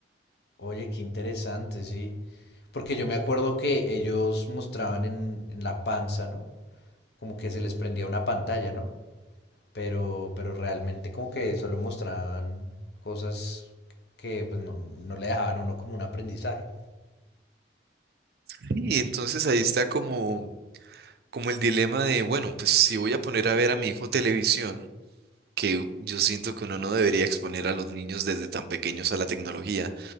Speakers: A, on the left; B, on the right.
A: Oye, qué interesante, sí. Porque yo me acuerdo que ellos mostraban en, en la panza, ¿no? como que se les prendía una pantalla, ¿no? Pero, pero realmente como que solo mostraban cosas que pues, no, no le dejaban a uno como un aprendizaje.
B: Y entonces ahí está como, como el dilema de, bueno, pues si voy a poner a ver a mi hijo televisión, que yo siento que uno no debería exponer a los niños desde tan pequeños a la tecnología,